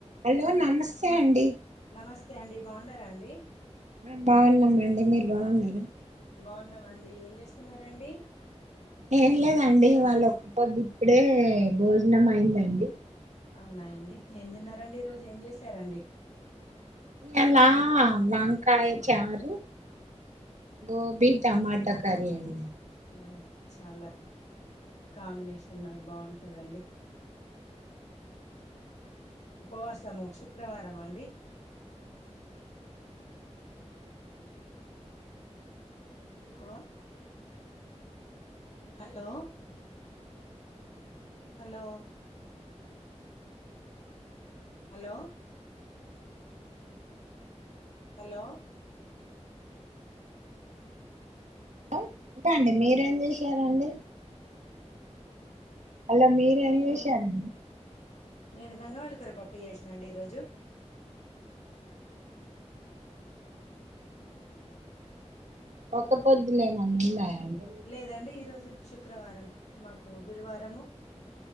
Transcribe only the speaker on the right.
హలో నమస్తే అండి.
ఆ బాగున్నాం అండి, మీర్ బావున్నారా.
ఏం లేదండి, ఇవాళ్ళ ఒక్కపొద్దు. ఇప్పుడే భోజనం అయిందండి.
ఈయాల్ల వంకాయ చారు, గోబీ టమాటా కర్రీ అండి.
లో ఇంకా అండి, మీరేం జేసారండి. మళ్ళా మీరేం
జేశారండి.
ఒక పొద్దులేమన్న ఉన్నాయా? అండి మీకు